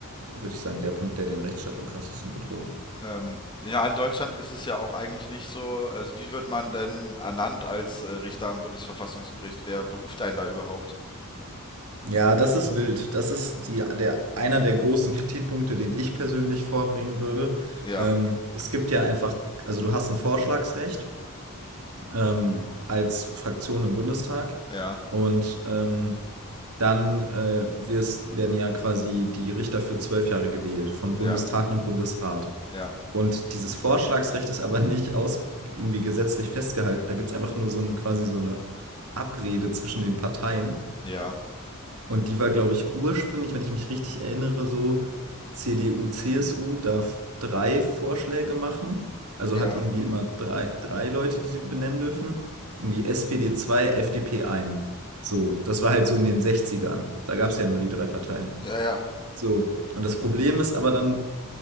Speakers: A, on the right; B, on the left.
A: würde ich sagen, der Punkt, der den Rechtsstaat am krassesten bedroht.
B: Ähm, ja, in Deutschland ist es ja auch eigentlich nicht so. Also, wie wird man denn ernannt als äh, Richter am Bundesverfassungsgericht? Wer beruft einen da überhaupt?
A: Ja, das ist wild. Das ist die, der, einer der großen Kritikpunkte, den ich persönlich vorbringen würde.
B: Ja,
A: Ähm, es gibt ja einfach, also du hast ein Vorschlagsrecht ähm, als Fraktion im Bundestag
B: ja,
A: und ähm, dann äh, wir's, werden ja quasi die Richter für zwölf Jahre gewählt von Bundestag
B: ja,
A: und Bundesrat.
B: ja,
A: Und dieses Vorschlagsrecht ist aber nicht aus irgendwie gesetzlich festgehalten. Da gibt es einfach nur so ein, quasi so eine Abrede zwischen den Parteien.
B: ja,
A: Und die war, glaube ich, ursprünglich, wenn ich mich richtig erinnere, so CDU, CSU darf drei Vorschläge machen. Also
B: ja,
A: hat irgendwie immer drei, drei Leute, die sie benennen dürfen. Irgendwie SPD 2, FDP 1. So, das war halt so in den sechzigern Da gab es ja nur die drei Parteien.
B: ja, ja,
A: So, und das Problem ist aber dann